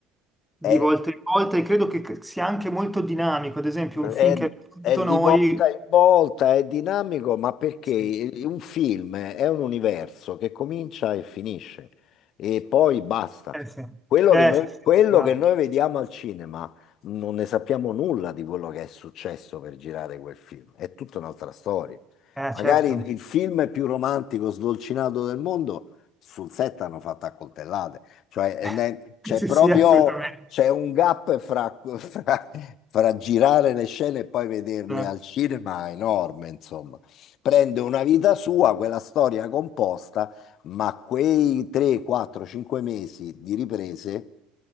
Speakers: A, in the centre; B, on the left (about 55°).
A: di
B: È
A: volta in volta e credo che che sia anche molto dinamico. Ad esempio,
B: È,
A: un film che abbiamo
B: è
A: visto
B: di
A: noi...
B: volta in volta, è dinamico, ma perché
A: Sì,
B: un film è un universo che comincia e finisce e poi basta.
A: eh sì,
B: Quello
A: eh
B: che noi,
A: sì, sì,
B: quello
A: esatto.
B: che noi vediamo al cinema non ne sappiamo nulla di quello che è successo per girare quel film, è tutta un'altra storia.
A: Eh,
B: Magari
A: certo.
B: il, il film più romantico, sdolcinato del mondo, sul set hanno fatto accoltellate. Cioè, eh,
A: <laughs>
B: ne- c'è
A: Sì,
B: proprio
A: sì, assolutamente.
B: c'è un gap fra, <laughs> fra- fra girare le scene e poi vederle
A: Eh,
B: al cinema enorme, insomma. Prende una vita sua, quella storia composta, ma quei 3, 4, 5 mesi di riprese